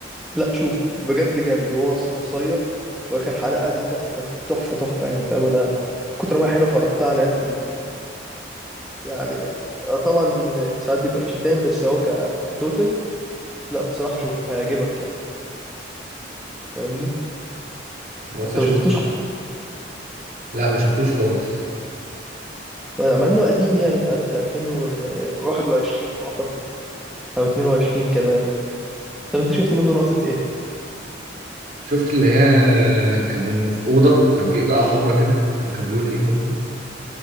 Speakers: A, in the centre; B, on the right (about 50°).
A: لا شوفه بجد جامد وهو اصلا قصير واخر حلقة دي تحفة تحفة تحفة يعني فاهم انا من كتر ما هي حلوه فرجتها على العيلة كلها يعني آه، طبعا ساعات بيبقى في شتايم بس هو ك... كتوتل لا بصراحة شوف هيعجبك يعني أنت فاهمني
B: خلاص
A: انت
B: اشوف
A: ما شفتوش
B: لا ما شفتوش خالص
A: مع انه قديم يعني انت عارف ده 2021 اعتقد او 22 كمان طب انت شفت منه لقطة ايه؟
B: شفت اللي هي كانوا في أوضة وكان في إضاءة حمراء كده مش عارف كان بيقول إيه يا ربي